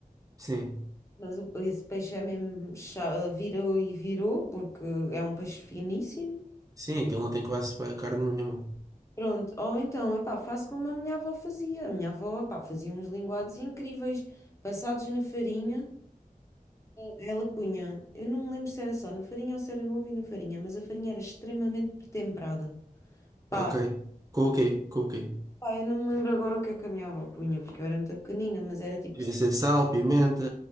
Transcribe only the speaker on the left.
Mas o- esse peixe é mesmo, chá- virou e virou, porque é um peixe finíssimo.
Pronto, ou então, epá, faço como a minha avó fazia. A minha avó, epá, fazia uns linguados incríveis, passados na farinha. Ela punha, eu não me lembro se era só na farinha ou se era no ovo e na farinha, mas a farinha era extremamente temperada. Pá,
pá, eu não me lembro agora o que é que a minha avó punha, porque eu era muito pequenina, mas era tipo